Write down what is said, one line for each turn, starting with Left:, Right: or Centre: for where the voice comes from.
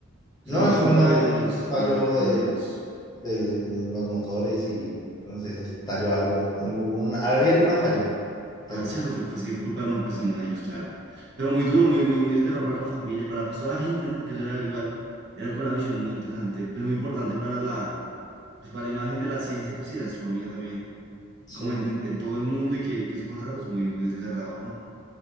Right: O
Left: No,
Right: sea, no fue
Left: fue
Right: culpa
Left: una-
Right: de, de
Left: un
Right: los
Left: fallo
Right: pasa- pasajeros.
Left: de, de los motores y no sé, se estalló algo, algún, había alguna falla interna.
Right: Ah, es cierto, fue, fue- sí, fue culpa no, pues, sino de ellos, claro. Pero muy duro, muy, muy, muy desgarrador para la familia, para pues, toda la gente, ¿no? Porque eso era igual, era con una misión muy interesante, pues muy importante para la, pues, para la imagen de la ciencia, pues sí, de la astronomía también,
Left: Sí,
Right: como en, en, en todo el mundo y que, y que eso pasara, pues muy, muy desgarrador, ¿no?